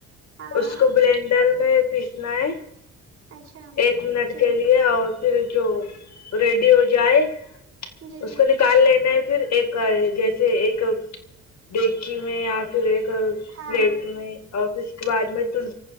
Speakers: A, on the right; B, on the left.
A: ہاں
B: اس
A: ہاں
B: کو بلینڈر میں پیسنا ہے
A: اچھا
B: ایک منٹ
A: جی
B: کے لیے یہ ہے اور پھر جو ریڈی ہو جائے
A: جی
B: اس
A: جی
B: کو نک کال لینا ہے پھر ایک جیسے ایک ڈیکچی میں یا پھر ایک
A: ہاں
B: پلیٹ
A: ہاں
B: میں اور پھر اس بعد میں تل